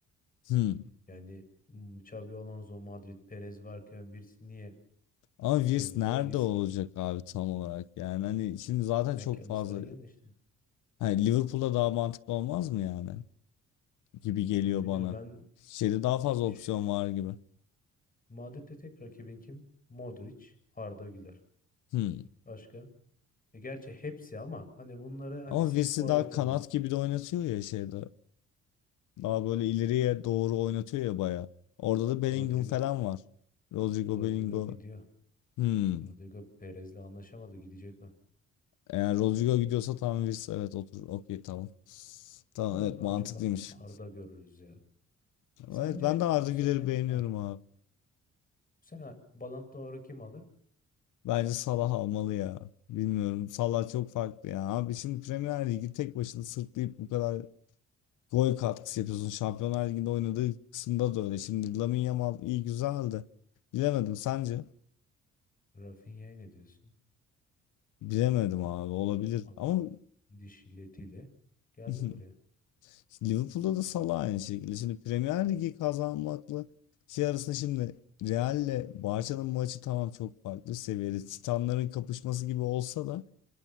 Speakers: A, on the left; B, on the left.
A: Hmm.
B: Yani hmm, Xabi Alonso, Madrid, Perez varken Virsi niye
A: Ama Wirtz
B: Liverpool'a
A: nerede
B: gitsin?
A: olacak abi tam olarak yani hani şimdi zaten
B: McAllister'ın
A: çok fazla
B: yanı işte.
A: hani Liverpool'da daha mantıklı olmaz mı yani gibi geliyor
B: Yani bilmiyorum
A: bana.
B: ben
A: Şeyde daha fazla
B: şimdi
A: opsiyon
B: ş-
A: var gibi.
B: Madrid'de tek rakibin kim? Modric, Arda Güler.
A: Hmm.
B: Başka? E gerçi hepsi ama hani bunları hani
A: Ama
B: siz
A: Wirtz
B: forvete
A: daha kanat
B: olun.
A: gibi de oynatıyor ya şeyde. Daha böyle ileriye doğru oynatıyor ya baya. Orada da Bellingham
B: Rodrigo
A: falan var. Rodrigo
B: Rodrigo
A: Bellingham.
B: gidiyor.
A: Hmm.
B: Rodrigo Perez'le anlaşamadı gidecek o.
A: Eğer Rodrigo gidiyorsa tamam Wirtz evet otur. Okey tamam. Tamam
B: Umarım
A: evet
B: daha
A: mantıklıymış.
B: çok Arda görürüz ya. Sence
A: Evet ben de Arda
B: bu sene
A: Güler'i beğeniyorum
B: ha,
A: abi.
B: bu sene Ballon d'Or'u kim alır?
A: Bence Salah almalı ya. Bilmiyorum. Salah çok farklı ya. Abi şimdi Premier Ligi tek başına sırtlayıp bu kadar gol katkısı yapıyorsun. Şampiyonlar Ligi'nde oynadığı kısımda da öyle. Şimdi Lamine Yamal iyi güzeldi. Bilemedim sence?
B: Rafinha'ya ne diyorsun?
A: Bilemedim abi olabilir
B: Adam
A: ama
B: diş illetiyle geldi
A: <laughs>
B: buraya.
A: Liverpool'da da Salah aynı şekilde. Şimdi Premier Ligi kazanmakla şey arasında şimdi Real'le Barça'nın maçı tamam çok farklı seviyede. Titanların kapışması gibi olsa da